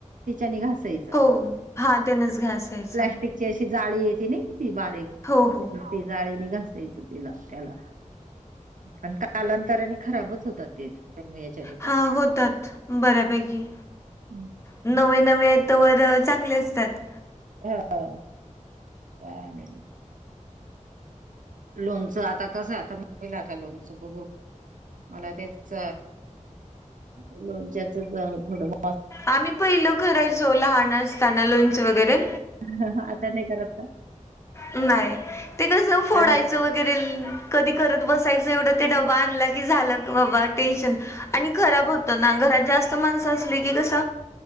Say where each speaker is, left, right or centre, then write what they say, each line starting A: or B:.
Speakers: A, on the right; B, on the left.
A: तिच्यानी घास यचा
B: हो हां त्यानच घासायचं.
A: प्लास्टिकची अशी जाळी येते नई ती बारीक
B: हो हो
A: ती जाळीने घासायचं. तिला त्याला पण कालांतराने खराबच होतात ते. त्यामुळे याच्याने
B: हा
A: पण
B: होतात बऱ्यापैकी
A: हं.
B: नवे नवे तवर चांगले असतात.
A: हा चालेल. लोनचं आता कसं आता <unintelligible> आता लोनचं बघू मला तेच लोणच्याच त थोडं बोला
B: आम्ही पहिलो करायचो लहान असताना लोंच वगैरे.
A: ह हा आता नाही करत का.
B: नाही ते कस फोडायचं
A: आम्ही पण.
B: वगैरे ल कधी करत बसायचं तेवड ते डबा आणला की झालं बाबा टेंशन, आणि खराब होत ना घरात जास्त माणस असली की. की कस